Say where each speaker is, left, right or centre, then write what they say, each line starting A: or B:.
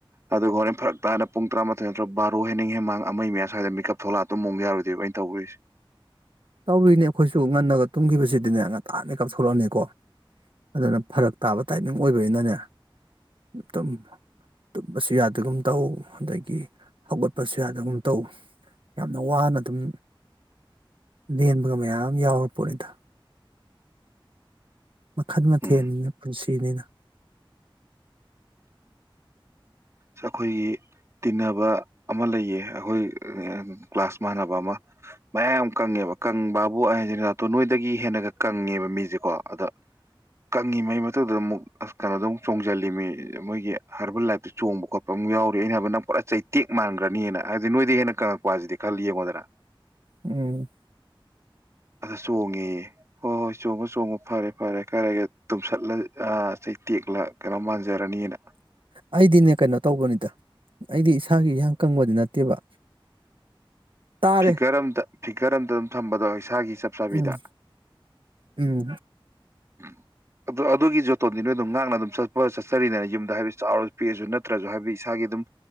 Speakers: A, on the right (about 30°); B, on the right (about 65°).
A: ꯑꯗ ꯍꯅꯦ ꯐꯔꯛ ꯍꯥꯏꯅ ꯄ ꯇꯔꯥꯊꯣꯏꯠꯇꯨꯕꯥ ꯑꯣ ꯍꯦꯟꯅꯤꯡ ꯍꯦꯟ ꯃꯥꯡ ꯑꯃ ꯃꯌꯥ ꯁ꯭ꯋꯥꯏꯗ ꯃꯤꯀꯞ ꯊꯣꯛꯂꯛꯑ ꯑꯗꯨꯝ ꯃꯨꯛ ꯌꯥꯔꯨꯗꯕ ꯑꯩꯅ ꯇꯧꯗꯔꯤꯁꯦ
B: ꯇꯧꯔꯤꯅꯦ ꯑꯩꯈꯣꯏꯁꯨ ꯉꯟꯅꯒ ꯇꯨꯝꯈꯤꯕꯁꯤꯗꯤꯅꯦ ꯉ ꯉꯟꯇꯥꯅꯤ ꯀꯥꯞꯊꯣꯛꯂꯛꯑꯅꯤꯀꯣ ꯑꯗꯨꯅ ꯐꯔꯛ ꯇꯥꯕ ꯇꯥꯏꯃꯤꯡ ꯑꯣꯏꯕꯅꯤꯅꯅꯦ ꯇꯨꯝ ꯇꯨꯝꯕꯁꯨ ꯌꯥꯗꯒꯨꯝ ꯇꯧ ꯑꯗꯒꯤ ꯍꯧꯒꯠꯄꯁꯨ ꯌꯥꯗꯒꯨꯝ ꯇꯧ ꯌꯥꯝꯅ ꯋꯥꯅ ꯑꯗꯨꯝ ꯂꯦꯟꯕꯒ ꯃꯌꯥꯝ ꯌꯥꯎꯔ ꯄꯣꯠꯅꯤꯗ ꯃꯈꯜ ꯃꯊꯦꯜꯅꯤꯅ
A: ꯎꯝ
B: ꯄꯨꯟꯁꯤꯅꯤꯅ
A: ꯑꯩꯈꯣꯏꯒꯤ ꯇꯤꯟꯅꯕ ꯑꯃ ꯂꯩꯌꯦ ꯑꯩꯈꯣꯏ ꯀ꯭ꯂꯥꯁ ꯃꯥꯟꯅꯕ ꯑꯃ ꯃꯌꯥꯝ ꯀꯪꯉꯦꯕ ꯀꯪ ꯕꯥꯕꯨ ꯑꯍ ꯅꯣꯏ ꯗꯒꯤ ꯍꯦꯟꯅꯒ ꯀꯪꯉꯦꯕ ꯃꯤꯁꯦꯀꯣ ꯑꯗ ꯀꯪꯉꯤꯉꯩ ꯃꯊꯛꯇꯗ ꯑꯃꯨꯛ ꯑ ꯀꯩꯅꯣꯗ ꯑꯃꯨꯛ ꯆꯣꯡꯁꯤꯜꯂꯤꯃꯤ ꯃꯣꯏꯒꯤ ꯍꯔꯕꯜ ꯂꯥꯏꯞꯇ ꯆꯣꯡꯕ ꯈꯣꯠꯄ ꯑꯃ ꯌꯥꯎꯔꯤ ꯑꯩꯅ ꯍꯥꯏꯕ ꯅꯪ ꯄꯨꯔꯥ ꯆꯩꯇꯦꯛ ꯃꯥꯟꯈ꯭ꯔꯅꯤꯅ ꯍꯥꯏꯗꯤ ꯅꯣꯏꯗꯤ ꯍꯦꯟꯅ ꯀꯪꯉꯛꯄ ꯍꯥꯏꯁꯤꯗꯤ ꯈꯜꯂꯤ ꯌꯦꯡꯉꯣꯟꯗ <inaudible>
B: ꯎꯝ
A: ꯑꯗ ꯆꯣꯡꯉꯦ ꯍꯣꯏ ꯍꯣꯏ ꯆꯣꯡꯉꯣ ꯆꯣꯡꯉꯣ ꯐꯔꯦ ꯐꯔꯦ ꯀꯔꯒ ꯇꯨꯝꯁꯠꯂ ꯆꯩ ꯇꯦꯛꯂ ꯀꯩꯅꯣ ꯃꯥꯟꯖꯔꯅꯤꯅ
B: ꯑꯩꯗꯤꯅꯦ ꯀꯩꯅꯣ ꯇꯧꯕꯅꯤꯗ ꯑꯩꯗꯤ ꯏꯁꯥꯒꯤ ꯏꯟꯍꯥꯡ ꯀꯪꯕꯗꯤ ꯅꯠꯇꯦꯕ ꯇꯥꯔꯦ
A: ꯐꯤꯀꯔ ꯑꯝꯇ ꯐꯤꯀꯔ ꯑꯝꯇ ꯑꯗꯨꯝ ꯊꯝꯕꯗꯣꯁ ꯏꯁꯥꯒꯤ ꯆꯞ ꯆꯥꯕꯤꯗ
B: ꯎꯝ ꯎꯝ
A: ꯎꯝ ꯑꯗꯨ ꯑꯗꯨꯒꯤ ꯖꯣꯇꯣꯟꯗꯤ ꯅꯣꯏ ꯑꯗꯨꯝ ꯉꯥꯡꯅ ꯑꯗꯨꯝ ꯆꯠꯄ ꯆꯠꯆꯔꯤꯗꯅ ꯌꯨꯝꯗ ꯍꯥꯏ ꯆꯥꯎꯔꯁꯨ ꯄꯤꯔꯁꯨ ꯅꯠꯇ꯭ꯔꯁꯨ ꯍꯥꯏꯕꯤ ꯁꯥꯒꯤ ꯑꯗꯨꯝ